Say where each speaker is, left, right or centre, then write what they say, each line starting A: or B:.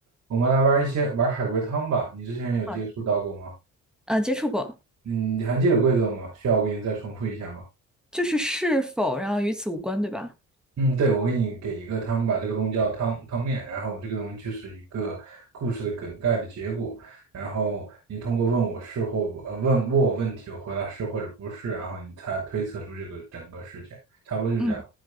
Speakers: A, on the right (about 60°); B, in the centre.
A: 我们来玩一些玩海龟汤吧。你之前有接触到过吗？
B: 好的，呃，接触过，
A: 嗯，你还记得规则吗？需要我给你再重复一下吗？
B: 就是是否，然后与此无关，对吧？
A: 嗯，对，我给你给一个，他们把这个东西叫汤汤面，然后这个东西就是一个故事的梗概的结果，然后你通过问我是或不，呃，问问我问题，我回答是或者不是，然后你才推测出这个整个事件，差不多就这样。
B: 嗯，